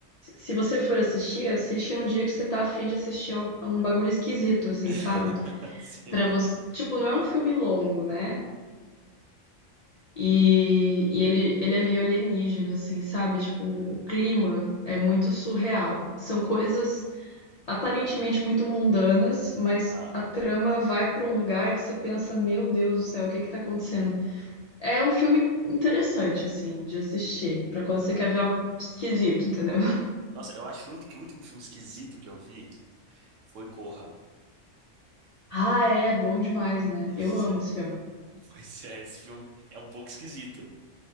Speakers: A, on the left (about 75°); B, on the right (about 75°).
A: Se você for assistir, assiste num dia que você tá afim de assistir al- um bagulho esquisito, assim,
B: <laughs>
A: sabe?
B: Sim.
A: Pra você... Tipo, não é um filme longo, né? E, e ele, ele é meio alienígena, assim, sabe? Tipo,
B: Hum.
A: o clima é muito surreal. São coisas aparentemente muito mundanas, mas
B: Ah.
A: a trama vai para um lugar que você pensa, meu Deus do céu, o que que tá acontecendo? É um filme interessante, assim, de assistir, para quando você quer ver algo esquisito, entendeu? <laughs>
B: Nossa, eu acho que o último filme esquisito que eu vi foi Corra.
A: Ah, é, bom demais, né?
B: <laughs>
A: Eu amo esse filme.
B: Pois é, esse filme é um pouco esquisito.